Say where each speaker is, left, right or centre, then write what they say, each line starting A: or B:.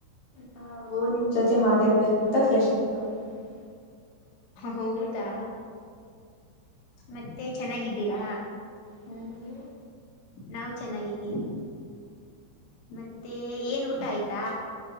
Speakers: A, on the left (about 50°); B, on the left (about 80°).
A: ನಾಓ ನಿಮ್ ಜೊತೆ ಮಾತಾಡ್ಬೇಕಂತ ಫ್ರೆಶ್ ಅಪ್ ಆಗಿ ಬಂದವಿ
B: ಹೌದಾ ಮತ್ತೆ ಚೆನ್ನಾಗಿದ್ದೀರಾ
A: ಹ್ಮ ನೀವು
B: ನಾವು ಚೆನ್ನಾಗಿದ್ದೀವಿ ಮತ್ತ ಮತ್ತೆ ಏನ್ ಊಟ ಆಯ್ತಾ